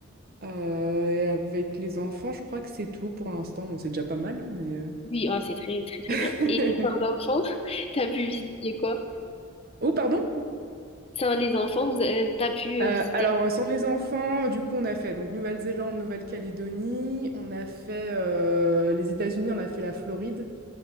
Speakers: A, on the right; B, on the left.
A: Euh, et avec les enfants, je crois que c'est tout pour l'instant. Bon, c'est déjà pas mal, hein, mais... euh.
B: Oui, ah, c'est très, très, très
A: <laughs>
B: bien. Et enfin, l'enfant, <laughs> t'as pu visiter quoi?
A: Oh, pardon?
B: Enfin, les enfants, vous avez- euh, t'as pu
A: Euh,
B: euh, visiter...
A: alors, euh, sans les enfants, du coup, on a fait donc Nouvelle-Zélande, Nouvelle-Calédonie, on a fait euh, les États-Unis, on a fait la Floride,